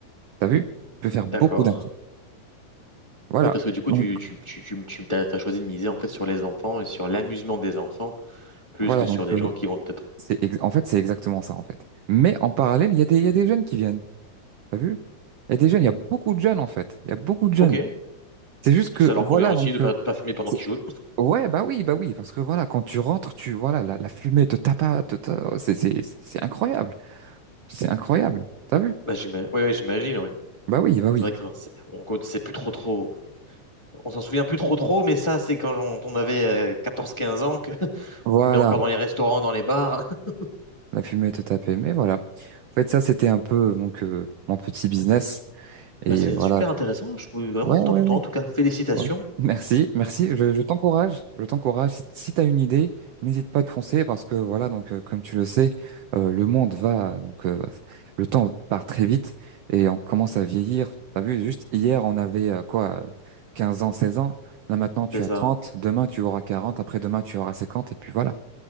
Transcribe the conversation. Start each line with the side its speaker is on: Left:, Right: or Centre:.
Right: T'as vu? Tu peux faire beaucoup
Left: D'accord.
Right: d'argent. Voilà.
Left: Oui, parce que du coup,
Right: Donc,
Left: tu, tu, tu, tu, tu- t'as, t'as choisi de miser en fait sur les enfants et sur l'amusement des enfants plus
Right: voilà.
Left: que
Right: Donc,
Left: sur des
Right: euh,
Left: gens qui vont peut-être.
Right: c'est ex- en fait, c'est exactement ça, en fait. Mais en parallèle, il y a des, il y a des jeunes qui viennent. T'as vu? Il y a des jeunes, il y a beaucoup de jeunes, en fait. Il y a beaucoup de jeunes.
Left: Ok,
Right: C'est juste que,
Left: parce que ça leur
Right: voilà,
Left: convient aussi
Right: donc,
Left: de pas,
Right: euh,
Left: de pas fumer pendant
Right: c'est-
Left: qu'ils jouent.
Right: ouais, bah oui, bah oui, parce que voilà, quand tu rentres, tu, voilà, la, la fumée te tape, à- te, te- c'est, c'est, c'est incroyable. C'est incroyable. T'as vu?
Left: Bah, j'imagine, ouais, ouais, j'imagine, ouais.
Right: Bah oui, bah oui.
Left: C'est vrai que hein, c'est- on conna- c'est plus trop trop. On s'en souvient plus trop trop, mais ça, c'est quand on, on avait euh, quatorze, quinze ans que <laughs>
Right: Voilà.
Left: tu mets encore dans les restaurants, dans les bars. <laughs>
Right: La fumée te tapait. Mais voilà. En fait, ça, c'était un peu euh, donc euh, mon petit business. Et
Left: Bah, c'est
Right: euh, voilà.
Left: super intéressant. Je suis vraiment
Right: Ouais,
Left: content
Right: ouais,
Left: pour
Right: ouais.
Left: toi en tout cas. Félicitations.
Right: ouais. Merci, merci. Je, je t'encourage. Je t'encourage. Si, si tu as une idée, n'hésite pas de foncer parce que voilà, donc euh, comme tu le sais, euh, le monde va, donc euh, le temps part très vite et on commence à vieillir. T'as vu, juste hier, on avait euh, quoi, euh, 15 ans, 16 ans. Là maintenant, tu
Left: C'est
Right: as
Left: ça.
Right: 30. demain tu auras 40. après-demain tu auras 50. et puis voilà.